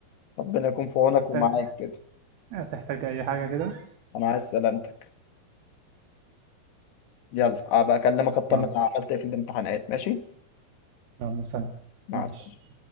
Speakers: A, on the left (about 85°); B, on the right (about 70°).
A: ربنا يكون في عونك
B: تحتاج
A: ومعاك كده
B: تحتاج أي حاجة كده
A: انا عايز سلامتك يلا ابقى اكلمك اطمن
B: يلا
A: أنا عملت ايه في الامتحانات ماشي
B: يلا سلام
A: مع
B: ماشي
A: السلامه